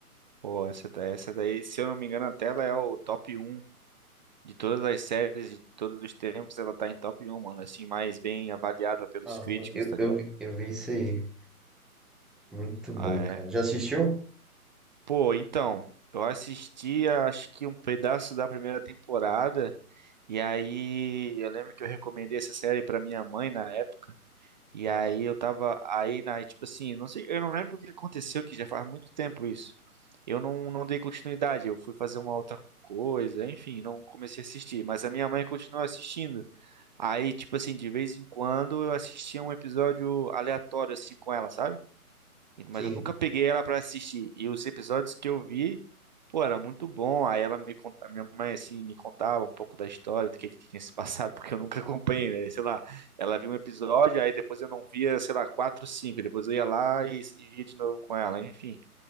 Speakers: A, on the right (about 30°); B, in the centre.
A: Pô, essa, da- essa daí, se eu não me engano, até ela é o top um de todas as séries de todos os tempos, ela tá em top um, mano, assim, mais bem avaliada pelos
B: Aham.
A: críticos,
B: Eu,
A: tá ligado?
B: eu, vi- eu vi isso aí. Muito bom,
A: Ah, é.
B: cara. Já assistiu?
A: Pô, então, eu assisti acho que um pedaço da primeira temporada, e aí eu lembro que eu recomendei essa série pra minha mãe na época. E
B: Aham.
A: aí eu tava aí na, tipo assim, não sei, eu não lembro o que aconteceu, que já faz muito tempo isso. Eu não, não dei continuidade, eu fui fazer uma outra coisa, enfim, não comecei a assistir, mas a minha mãe continuou assistindo. Aí, tipo assim, de vez em quando eu assistia um episódio aleatório assim com ela, sabe? Mas
B: Sim,
A: eu nunca peguei ela pra assistir. E os episódios que eu vi, pô, era muito bom. Aí ela me contava, minha mãe assim me contava um pouco da história, do que que tinha se <laughs> passado, porque eu nunca acompanhei, né? Sei lá, ela viu um episódio, aí depois eu não via, sei lá, quatro, cinco. Depois eu ia lá e, e via de novo com ela, enfim.